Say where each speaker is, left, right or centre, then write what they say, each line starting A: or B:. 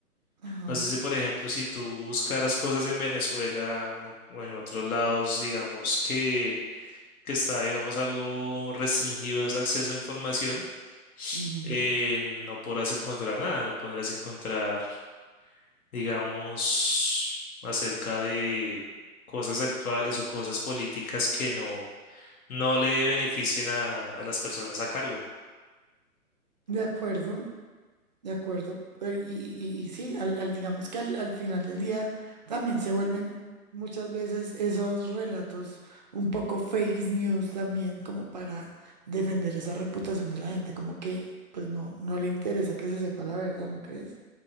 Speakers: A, on the right; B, on the left.
A: Ajá.
B: No sé si, por ejemplo, si tú buscaras cosas en Venezuela o en, o en otros lados, digamos que, que está, digamos, algo restringido ese acceso a información,
A: ujú.
B: eh, no podrás encontrar nada, no podrás encontrar, digamos, acerca de cosas actuales o cosas políticas que no, no le beneficien a, a las personas a cargo.
A: De acuerdo. De acuerdo, pero y, y- y- y sí, al, al- digamos que al, al final del día también se vuelven muchas veces esos relatos un poco fake news también como para defender esa reputación de la gente, como que pues no, no le interesa que se sepa la verdad, ¿no crees?